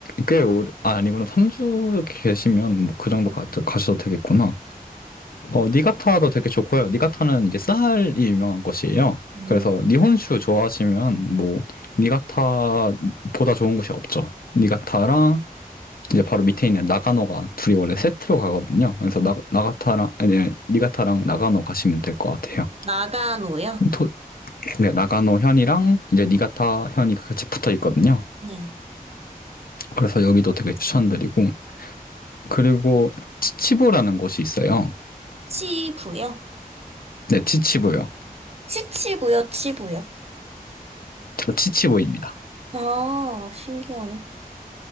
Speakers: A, on the left; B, on the right.
A: 꽤 오래, 아, 아니구나. 3주 이렇게 계시면 뭐 그 정도
B: 네.
A: 가, 가셔도 되겠구나. 어, 니가타도 되게 좋고요. 니가타는 이제 쌀이 유명한 곳이에요.
B: 음.
A: 그래서 니혼슈 좋아하시면 뭐 니가타보다 좋은 곳이 없죠. 니가타랑 이제 바로 밑에 있는 나가노가 둘이 원래 세트로 가거든요. 그래서 나, 나가타랑 아니, 니가타랑 나가노 가시면 될 것 같아요.
B: 나가노요?
A: 토, 네, 나가노 현이랑 이제 니가타 현이 같이 붙어 있거든요.
B: 네.
A: 그래서 여기도 되게 추천드리고 그리고 치치부라는 곳이 있어요.
B: 치부요?
A: 네, 치치부요.
B: 치치부요, 치부요.
A: 치치부입니다.
B: 아, 신기하네.